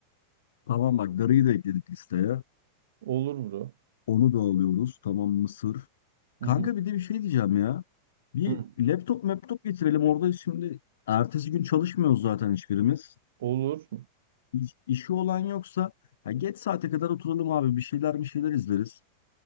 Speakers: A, on the left; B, on the right.
A: Tamam bak darıyı da ekledik listeye.
B: Olur bro.
A: Onu da alıyoruz. Tamam mısır.
B: Hı
A: Kanka
B: hı.
A: bir de bir şey diyeceğim ya. Bir
B: Hı.
A: laptop laptop getirelim orada şimdi ertesi gün çalışmıyoruz zaten hiçbirimiz.
B: Olur.
A: İş- İşi olan yoksa ya geç saate kadar oturalım abi bir şeyler bir şeyler izleriz.